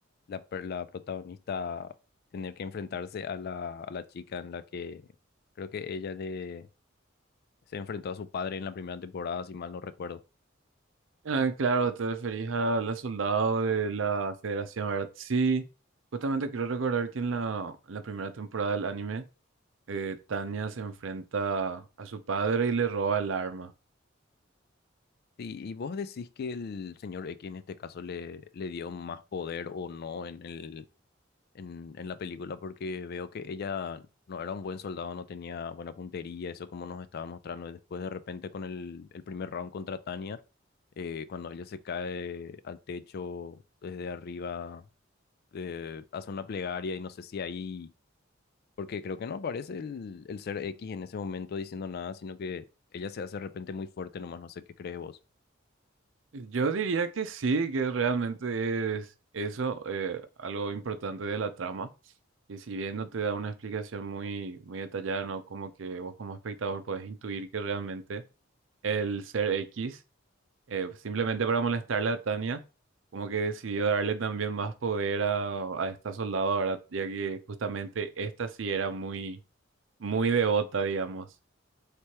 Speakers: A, on the left (about 50°); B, on the right (about 70°).
A: la, per- la protagonista tener que enfrentarse a la, a la chica en la que creo que ella le, se enfrentó a su padre en la primera temporada, si mal no recuerdo.
B: Ah, claro, te referís a la soldado de la Federación, ¿verdad? Sí, justamente quiero recordar que en la, en la primera temporada del anime, eh, Tanya se enfrenta a su padre y le roba el arma.
A: Y, y vos decís que el señor X en este caso le, le dio más poder o no en el, en, en la película porque veo que ella no era un buen soldado, no tenía buena puntería, eso como nos estaba mostrando. Y después de repente con el, el primer round contra Tania, eh, cuando ella se cae al techo desde arriba, eh, hace una plegaria y no sé si ahí, porque creo que no aparece el, el ser X en ese momento diciendo nada, sino que ella se hace de repente muy fuerte nomás, no sé qué crees vos.
B: Yo diría que sí, que realmente es eso, eh, algo importante de la trama, que si bien no te da una explicación muy, muy detallada, ¿no? Como que vos como espectador podés intuir que realmente el ser X, eh, simplemente para molestarle a Tania, como que decidió darle también más poder a, a esta soldado ahora, ya que justamente esta sí era muy, muy devota, digamos.